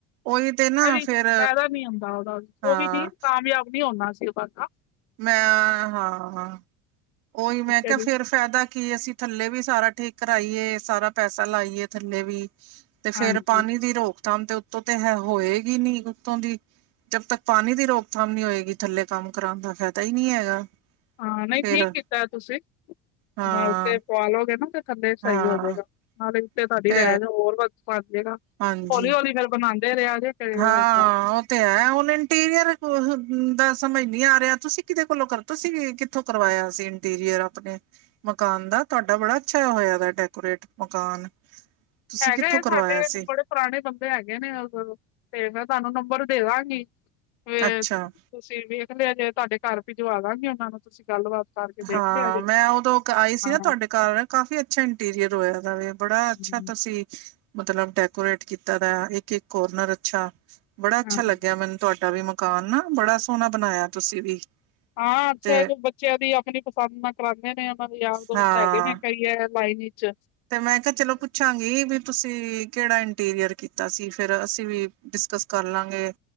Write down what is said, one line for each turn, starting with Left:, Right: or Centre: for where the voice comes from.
Right: ਉਹੀ ਤੇ ਨਾ
Left: ਵੀ
Right: ਫੇਰ
Left: ਫਾਇਦਾ ਨੀ ਹੁੰਦਾ ਦਾ ਉਹਦਾ
Right: ਹਾਂ
Left: ਉਹ ਵੀ ਨ ਕਾਮਯਾਬ ਨੀ ਹੋਣਾ ਸੀ ਉਹਦਾ
Right: ਮੈਂ ਹਾਂ, ਹਾਂ ਉਹੀ ਮੈਂ
Left: ਉੱਤੇ
Right: ਕਿਹਾ
Left: ਵੀ
Right: ਫੇਰ ਫਾਇਦਾ ਕੀ ਅਸੀਂ ਥੱਲੇ ਵੀ ਸਾਰਾ ਠੀਕ ਕਰਾਈਏ ਸਾਰਾ ਪੈਸਾ ਲਾਈਏ ਥੱਲੇ ਵੀ ਤੇ ਫੇਰ
Left: ਹਾਂਜੀ
Right: ਪਾਣੀ ਦੀ ਰੋਕਥਾਮ ਤੇ ਉੱਤੋਂ ਹੋਏਗੀ ਨੀ ਉੱਤੋਂ ਦੀ। ਜਬ ਤੱਕ ਪਾਣੀ ਦੀ ਰੋਕਥਾਮ ਨੀ ਹੋਏਗੀ ਥੱਲੇ ਕੰਮ ਕਰਾਉਣ ਦਾ ਫ਼ਾਇਦਾ ਹੀ ਨੀ ਹੈਗਾ।
Left: ਹਾਂ ਨਹੀਂ
Right: ਫੇਰ
Left: ਠੀਕ ਕੀਤਾ ਤੁਸੀ
Right: ਹਾਂ
Left: ਉੇਤੇ ਪਵਾ ਲੋਗੇ ਨਾ ਤੇ ਥੱਲੇ ਸਹੀ
Right: ਹਾਂ
Left: ਹੋ ਜਾਵੇਗਾ। ਨਾਲੇ ਦੇ ਉੱਤੇ ਤੁਹਾਡੀ
Right: ਤੇ
Left: ਰਿਹਾਇਸ਼ ਹੋਰ ਬਨ ਜੇਗਾ
Right: ਹਾਂਜੀ
Left: ਹੌਲੀ-ਹੌਲੀ ਫੇਰ ਬਨਾਉਂਦੇ ਰਿਹਾ ਜੇ। ਕਿ
Right: ਹਾਂ
Left: ਹੁੰਦਾ
Right: ਉਹ ਤੇ ਹੈ ਹੁਣ ਇੰਟੀਰੀਅਰ ਦਾ ਸਮਝ ਨੀ ਆ ਰਿਹਾ ਤੁਸੀਂ ਕਿਦੇ ਕੋਲੋਂ ਕਰਵਾ ਤੁਸੀ ਕਿ ਕਿੱਥੋਂ ਕਰਵਾਇਆ ਸੀ ਇੰਟੀਰੀਅਰ ਆਪਣੇ ਮਕਾਨ ਦਾ ਤੁਹਾਡਾ ਬੜਾ ਅੱਛਾ ਹੋਇਆ ਡੈਕੋਰੇਟ ਮਕਾਨ। ਤੁਸੀਂ
Left: ਹੈਗੇ
Right: ਕਿੱਥੋਂ
Left: ਆ
Right: ਕਰਵਾਇਆ
Left: ਸਾਡੇ ਇਕ
Right: ਸੀ
Left: ਬੜੇ ਪੁਰਾਣੇ ਬੰਦੇ ਹੈਗੇ ਨੇ ਤੇ ਮੈਂ ਤੁਹਾਨੂੰ ਨੰਬਰ ਦੇਦਾਂਗੀ ਫੇਰ
Right: ਅੱਛਾ
Left: ਤੁਸੀਂ ਵੇਖ ਲਿਆ ਜੇ ਤੁਹਾਡੇ ਘਰ ਭਿਜਵਾ ਦਾਂਗੀ ਉਹਨਾ ਨੂੰ ਤੁਸੀਂ ਗੱਲਬਾਤ ਕਰਕੇ ਦੇਖ
Right: ਹਾਂ
Left: ਲਿਆ ਜੇ
Right: ਮੈਂ ਉਦੋਂ ਆਈ ਸੀ
Left: ਹਾਂ
Right: ਨਾ ਤੁਹਾਡੇ ਘਰ ਕਾਫੀ ਅੱਛਾ ਇੰਟੀਰੀਅਰ ਹੋਇਆ ਦਾ ਵੇ। ਬੜਾ ਅੱਛਾ
Left: ਹਮ,
Right: ਤੁਸੀਂ ਮਤਲਬ ਡੈਕੋਰੇਟ ਕੀਤਾ ਦਾ ਏ ਇੱਕ-ਇੱਕ ਕੋਰਨਰ ਅੱਛਾ। ਬੜਾ ਅੱਛਾ
Left: ਹਾਂ
Right: ਲੱਗਿਆ ਮੈਨੂੰ ਤੁਹਾਡਾ ਵੀ ਮਕਾਨ ਨਾ, ਬੜਾ ਸੋਹਣਾ ਬਣਾਇਆ ਤੁਸੀਂ ਵੀ।
Left: ਹਾਂ ਅੱਛਾ
Right: ਤੇ
Left: ਬੱਚਿਆਂ ਦੀ ਆਪਣੀ ਪਸੰਦ ਨਾ ਕਰਾਉਂਦੇ ਨੇ। ਮਤਬ ਯਾਰ ਦੋਸਤ
Right: ਹਾਂ
Left: ਹੈਗੇ ਨੇ ਕਈ ਲਾਈਨ ਇਚ।
Right: ਤੇ ਮੈਂ ਕਿਹਾ ਚਲੋ ਪੁੱਛ ਪੁਛਾਂਗੀ ਵੀ ਤੁਸੀਂ ਕਿਹੜਾ ਇੰਟੀਰੀਅਰ ਕੀਤਾ ਸੀ ਫੇਰ ਅਸੀਂ ਵੀ ਡਿਸਕਸ ਕਰ ਲਾਂਗੇ।